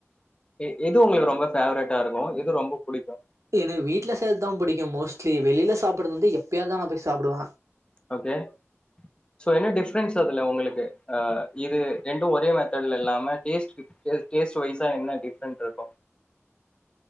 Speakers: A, on the left; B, on the right.
A: எ எது உங்களுக்கு ரொம்ப ஃபேவரட்டாருக்கு எது ரொம்ப புடிக்கு
B: எனக்கு வீட்டுல செய்ற்தா புடிக்கு மோஸ்ட்லி வெளில சாப்பிடுறது வந்து எப்பயாவதா நா போய் சாப்டுவ
A: ஓகே சோ என்ன டிஃப்ரென்ஸ் அதுல உங்களுக்கு அ இது ரெண்டு ஒரே மெத்தட்ல இல்லாம டேஸ்ட்க்கு டே டேஸ்ட்டு வய்ஸா என்ன டிஃப்ரென்ட்ருக்கோ